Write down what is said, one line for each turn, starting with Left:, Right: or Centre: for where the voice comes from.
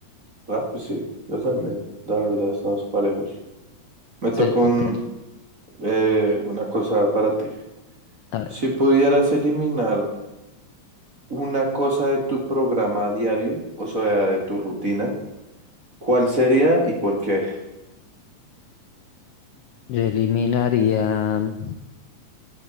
Right: Ah, pues sí, yo también, la verdad, estamos parejos. Me
Left: Sí,
Right: tocó
Left: total.
Right: un, eh, una cosa para ti.
Left: A ver,
Right: Si pudieras eliminar una cosa de tu programa diario, o sea, de tu rutina, ¿cuál sería y por qué?
Left: yo eliminaría mm,